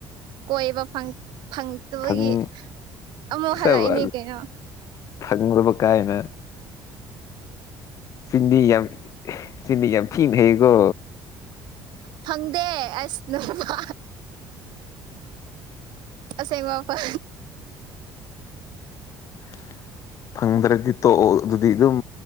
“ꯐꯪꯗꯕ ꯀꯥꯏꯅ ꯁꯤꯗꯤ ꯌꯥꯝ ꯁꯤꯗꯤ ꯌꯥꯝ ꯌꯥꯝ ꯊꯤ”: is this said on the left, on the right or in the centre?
Left